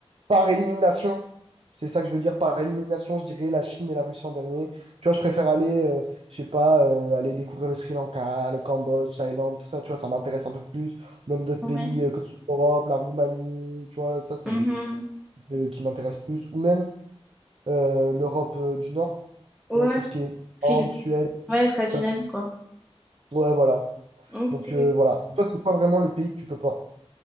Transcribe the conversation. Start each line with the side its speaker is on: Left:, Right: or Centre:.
Right: par élimination, c'est ça que je veux dire, par élimination, je dirais la Chine et la Russie en dernier. Tu vois, je préfère aller, euh, je sais pas, euh, aller découvrir le Sri Lanka, le Cambodge, Thaïlande, tout ça, tu vois, ça m'intéresse un peu plus. Même d'autres
Centre: Ouais.
Right: pays euh, que ce soit l'Europe, la Roumanie, tu vois, ça, c'est
Centre: Mhm.
Right: euh, qui m'intéresse plus. Ou même euh, l'Europe euh, du Nord.
Centre: Ouais,
Right: Tu vois, tout ce qui est
Centre: Fin-
Right: Finlande, Suède,
Centre: ouais, Scandinavie,
Right: ça, c'est-
Centre: quoi.
Right: ouais, voilà.
Centre: Ok.
Right: Donc, euh, voilà. Et toi, c'est quoi vraiment le pays que tu peux pas?